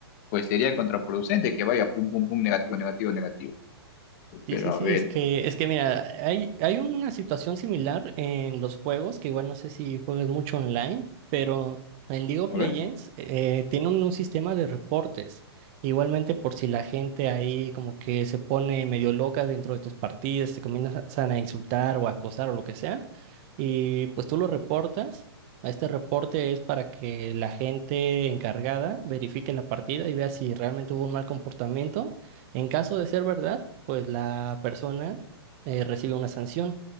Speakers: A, on the left; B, on the right.
A: Pues sería contraproducente que vaya pum, pum, pum, negativo, negativo, negativo.
B: Sí,
A: Pero
B: sí,
A: a
B: sí,
A: ver,
B: es que, es que mira, hay, hay una situación similar en los juegos, que igual no sé si juegues mucho online, pero en League of
A: a
B: Legends
A: ver,
B: eh, eh, tienen un, un sistema de reportes. Igualmente por si la gente ahí como que se pone medio loca dentro de tus partidas, se comienzan a insultar o a acosar o lo que sea, y pues tú lo reportas. Este reporte es para que la gente encargada verifique la partida y vea si realmente hubo un mal comportamiento. En caso de ser verdad, pues la persona eh, recibe una sanción,